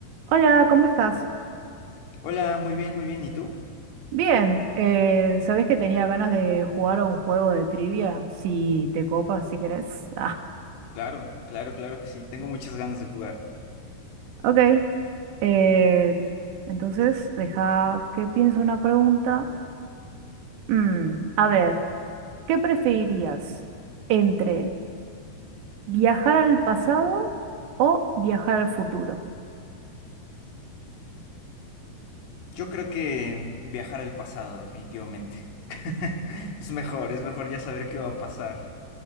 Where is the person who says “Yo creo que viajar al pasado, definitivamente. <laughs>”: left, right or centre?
Left